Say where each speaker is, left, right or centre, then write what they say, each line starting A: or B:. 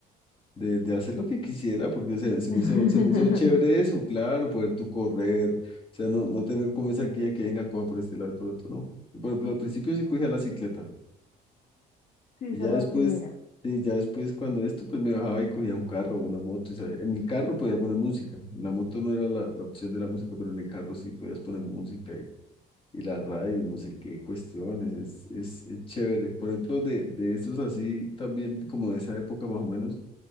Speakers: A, on the left; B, on the left.
A: de, de hacer lo que quisiera, porque o sea, se
B: <laughs>
A: me hizo, se me hizo chévere eso, claro, poder tú correr. O sea, no, no tener como esa guía que venga, coja por este lado y por otro, no. Por ejemplo, al principio sí cogía la cicleta.
B: Sí, esa
A: Y ya
B: es la
A: después,
B: primera.
A: sí, ya después cuando esto, pues me bajaba y cogía un carro o una moto. Y sabía- en el carro podía poner música. En la moto no era la, la opción de la música, pero en el carro sí podías poner música y, y la radio, no sé qué cuestiones. Es, es, es chévere. Por ejemplo, de, de esos así también, como de esa época más o menos,